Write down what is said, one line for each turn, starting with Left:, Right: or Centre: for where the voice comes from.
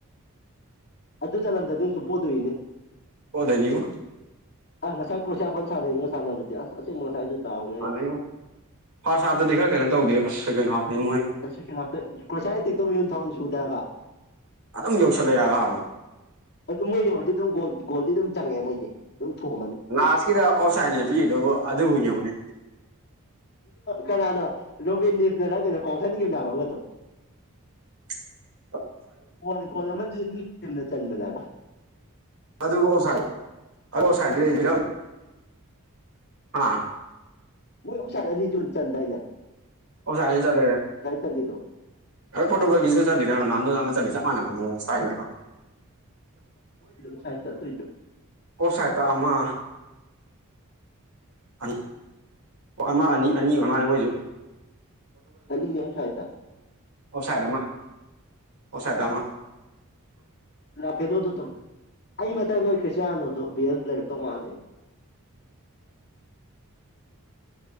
Left: ꯑꯗꯨ ꯆꯟꯂꯝꯗꯔꯗꯤ ꯗꯨꯝ ꯄꯣꯗ‌ꯣꯏꯅꯦ
Right: ꯄ‌ꯣꯗ‌ꯣꯏꯅꯤꯕ‌ꯣ
Left: ꯑꯁ ꯉꯁꯥꯏ ꯀ꯭ꯔꯣꯁꯥꯋꯥ ꯐꯥꯟ ꯁꯥꯟꯅꯩꯕꯣ ꯁꯥꯟꯅꯕꯗꯤ ꯑꯁ ꯑꯁꯦꯡꯕ ꯉꯁꯥꯏꯗꯨ ꯗꯥꯎꯅꯦ
Right: ꯍꯥꯟꯅꯩꯉꯣ ꯐꯥꯔꯁ ꯍꯥꯞꯇꯗꯤ ꯈꯔ ꯀꯩꯅꯣ ꯇꯧꯗꯦꯁ ꯁꯦꯀꯦꯟ ꯍꯥꯞꯇꯤ ꯃꯣꯏ
Left: ꯁꯦꯀꯦꯟ ꯍꯥꯞꯇꯣ ꯀꯔꯣꯁꯤꯋꯥ ꯀꯤꯛꯇꯣ ꯃꯤꯍꯨꯟ ꯁꯨꯗꯦ ꯍꯥꯢꯕ
Right: ꯑꯗꯨꯝ ꯌꯧꯁꯜꯂꯛꯑꯦꯕ
Left: ꯑꯗꯨ ꯃꯣꯏ ꯌꯧꯔꯗꯤ ꯑꯗꯨꯝ ꯒꯣꯜꯗꯤ ꯑꯗꯨꯝ ꯆꯪꯉꯦ ꯃꯣꯏꯗꯤ ꯑꯗꯨꯝ ꯊꯣꯝꯃꯅꯤ
Right: ꯂꯥꯁꯀꯤꯗ ꯑꯣꯞꯁꯥꯏꯟꯅꯦ ꯄꯤꯔꯤꯗꯨꯕꯨ ꯑꯗꯨꯕꯨ ꯌꯦꯡꯉꯨꯅꯦ
Left: ꯀꯅꯥꯅꯣ ꯔꯣꯕꯤꯟ ꯅꯤꯞꯇꯅ ꯀꯩꯅꯣ ꯀꯥꯎꯁꯟꯈꯤꯕꯗꯣ ꯑꯃꯗꯣ
Right: <unintelligible>
Left: ꯅꯣꯡ ꯈꯣꯡꯉꯒꯗꯤ ꯆ ꯃꯅꯥꯕ <inaudible>
Right: ꯑꯗꯨ ꯑꯗꯨꯥꯏ ꯂꯩ ꯑꯥ <inaudible>
Left: ꯃꯣꯏ ꯑꯣꯞꯁꯥꯜ ꯑꯅꯤ ꯆꯨꯗꯥꯢꯅꯦ
Right: ꯑꯣꯞꯁꯥꯏꯟ ꯑꯅꯤ ꯆꯥꯜꯂꯦ
Left: ꯆꯜꯂꯤꯗꯣ
Right: ꯐꯣꯒꯣꯒꯤꯁꯨ ꯆꯜꯂꯤꯗ ꯆꯥꯞ ꯃꯟꯅꯕ ꯃꯑꯣꯡꯗ ꯢꯇꯥꯜꯗ
Left: ꯁꯥꯥꯏꯔ ꯑꯗꯨꯔꯤꯖꯨ <inaudible>
Right: ꯑꯣꯁꯥꯏꯇꯥ ꯑꯃ ꯑꯣ ꯑꯃ ꯑꯅꯤ ꯑꯅꯤ ꯑꯣꯏ ꯃꯥꯜꯂꯦ ꯃꯣꯏꯁꯨ
Left: ꯑꯅꯤꯅꯦ ꯑꯣꯞꯁꯥꯢꯟꯇ
Right: ꯑꯣꯐ ꯁꯥꯏꯠ ꯑꯃ ꯑꯣꯐ ꯁꯥꯏꯗ ꯇ ꯑꯃ
Left: ꯔꯥꯐꯦꯂꯣꯗ ꯇ ꯑꯩ ꯃꯊꯪ ꯅꯣꯏ ꯈ꯭ꯔꯤꯁꯇ꯭ꯌꯥꯅꯣꯗꯣ ꯚꯦꯟꯁ ꯂꯩꯔꯛꯇꯧ ꯃꯥꯂꯦ <inaudible>